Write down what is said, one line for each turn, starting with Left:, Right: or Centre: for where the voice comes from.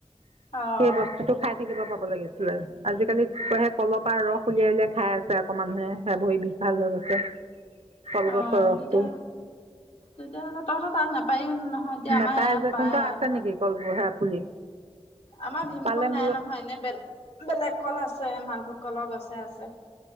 Left: অ',
Right: সেই বস্তুতটো খাই থাকিব পাব লাগিছিলে আজিকালি কয় সেই কলপ আৰু ৰস উলিয়াই উলিয়াই খাই আছে আকৌ মানুহে সে ভৰি বিষ, ভাল হৈ গৈছে। কলগছৰ
Left: অ',
Right: ৰসটো
Left: তেতিয়া তেতিয়াহ'লে তহত‌ তাত নাপায়ও নহয় এতিয়া
Right: নাপায়
Left: আমাৰ ইয়াত
Right: যে
Left: পায়
Right: তহঁতৰ
Left: আৰু
Right: আছে নেকি কল সেয়া পুলি
Left: আমাৰ ভীমকল
Right: পালে
Left: নাই
Right: মোলৈ
Left: নহয় এনে বেলে বেলেগ কল আছে মাল কলৰ গছে আছে